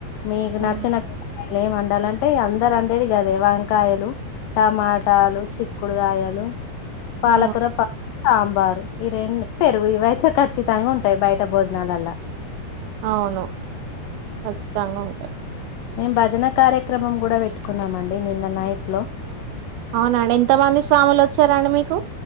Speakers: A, on the left (about 85°); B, on the right (about 80°).
A: మీకు
B: ఆ
A: నచ్చినట్టు ఏం వండాలంటే అందరు వండేది కదే వంకాయలు, టమాట వంకాయలు, చిక్కుడుకాయలు పాలకూర
B: ఆ
A: పప్పు సాంబారు ఈ రెండు పెరుగు ఇవయితే ఖచ్చితంగా ఉంటాయి, బయట భోజనాలల్లా
B: అవును ఖచ్చితంగా ఉంటాయి.
A: మేము భజన కార్యక్రమం కూడా పెట్టుకున్నామండి, నిన్న నైట్ లో
B: అవునండి ఎంతమంది స్వాములు వచ్చారండి, మీకు